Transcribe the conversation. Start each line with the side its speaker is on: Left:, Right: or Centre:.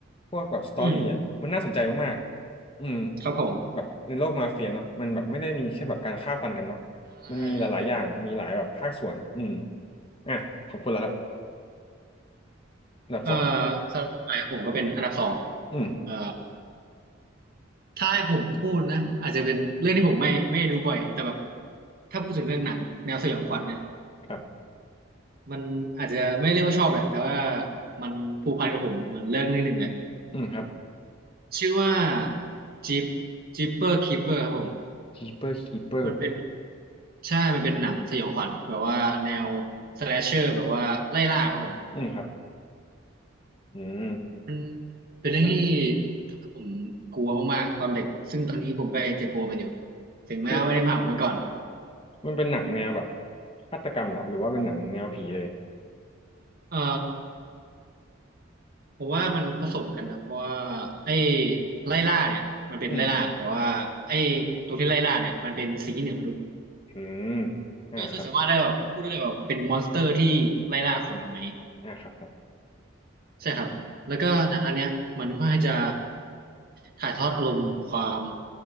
Left: พวกแบบสตอรี่อ่ะมันน่าสนใจมากๆอืม
Right: อืมครับผม
Left: แบบในโลกมาเฟียเนาะมันแบบไม่ได้มีแค่แบบการฆ่าฟันกันเนาะ
Right: ใช่
Left: มันมีหลายๆอย่างมีหลายแบบภาคส่วนอืมอ่ะของคุณละครับอันดับสอง
Right: เอ่อสำหรับต่อไปผมก็เป็นอันดับสอง
Left: อืม
Right: เอ่อถ้าให้ผมพูดนะอาจจะเป็นเรื่องที่ผมไม่ไม่ได้ดูบ่อยแต่แบบถ้าพูดถึงเรื่องหนังแนวสยองขวัญเนี่ย
Left: ครับ
Right: มันอาจจะไม่เรียกว่าชอบแหละแต่ว่ามันผูกพันกับผมเหมือนเรื่องนึงหนึ่งเลย
Left: อืมครับ
Right: ชื่อว่าจิปจิปเปอร์คีเปอร์ครับผม
Left: Keeper Keeper
Right: มันเป็นใช่มันเป็นหนังสยองขวัญแบบว่าแนวสแลชเชอร์แบบว่าไล่ล่าครับผม
Left: อืมครับอืม
Right: มันเป็นเรื่องที่
Left: มัน
Right: ทำให้ผมกลัวมากๆตอนเด็กซึ่งตอนนี้ผมก็ยังจะกลัวมันอยู่ถึงแม้ว่าไม่ได้มาขอมันก่อน
Left: คือ มันเป็นหนังแนวแบบฆาตกรรมเหรอหรือว่าเป็นหนังแนวผีเลย
Right: เอ่อผมว่ามันผสมกันนะเพราะว่าไอ้ไล่ล่าเนี่ยมันเป็นไล่ล่าแต่ว่าไอ้
Left: อืม
Right: ตัวที่ไล่ล่าเนี่ยมันเป็นสิ่งที่เหนือมนุษย์
Left: อืมอ่าครับ
Right: ก็คือสามารถได้แบบพูดได้เลยว่าเป็นมอนสเตอร์ที่ไล่ล่าคนอะไร
Left: อ่าครับครับ
Right: ใช่ครับแล้วก็หนังเรื่องเนี้ยมันค่อนข้างจะ
Left: อืม
Right: ถ่ายทอดอารมณ์ความ